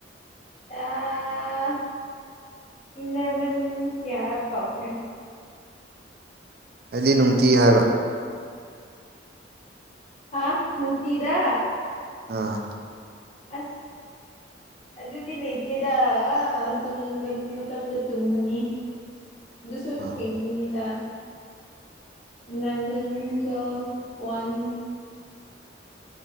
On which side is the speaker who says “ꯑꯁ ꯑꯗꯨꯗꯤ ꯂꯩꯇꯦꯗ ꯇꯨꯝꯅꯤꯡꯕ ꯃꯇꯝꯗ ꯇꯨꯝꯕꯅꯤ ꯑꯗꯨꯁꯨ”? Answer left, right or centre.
Left